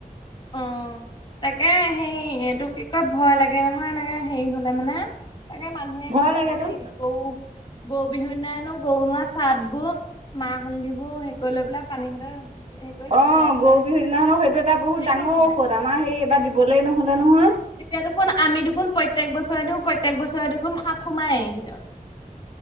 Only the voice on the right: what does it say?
ভয়
লাগেচোন
অ',
গৰু বিহুৰ দিনাখনো সেইটো এটা বহুত
ডাঙৰ
ঔষধ আমাৰ সেই এবাৰ দিবলে নহ'লে নহয়।